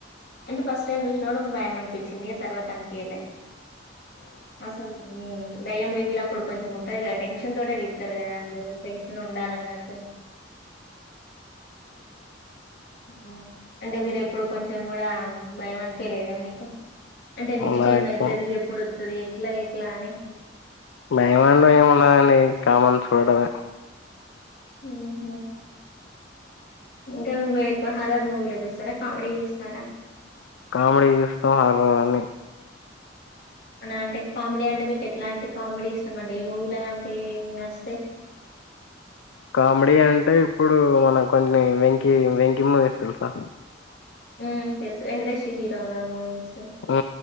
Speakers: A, on the left; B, on the left.
A: అంటే ఫస్ట్ టైమ్ చూసినా కూడా ఒక భయం అనిపించింది. ఆ తర్వాత అనీపియాలే అసలు దయ్యం రివిలు అప్పుడు కొంచెం ఉంటంది కదా టెన్షన్ తోటే తిత్తరు కదా అండి టెన్షన్ చాలన్నట్టు హ్ అంటే మీరు ఎప్పుడు కొంచెం కూడా భయం అనిపియా లేదా మీకు అంటే నెక్స్ట్
B: నాకు
A: ఏమయితది ఎప్పుడోత్తది ఎట్లా ఎట్లా అని
B: భైమాండ ఏమి ఉన్నాదండి. కామన్ చూడడామే
A: ఉహ్ ఇంకా మీరు ఎక్కువ హార్రర్ మూవీస్ చూస్త రా కామెడీ చూస్తారా
B: కామెడీ చూస్తాం హర్రర్ అన్ని
A: అంటే కామెడీ అంటే మీకు ఎట్లాంటి కామెడీ ఇష్టాం అండి ఏ మూవీ లాంటి నచ్చితయి
B: కామెడీ అంటే ఇప్పుడు మన కొన్నీ వెంకీ వెంకీ మూవీస్ తెలుసా
A: హ్ చేస్తా వెంకటేష్ హీరోగా మూవీస్
B: హ్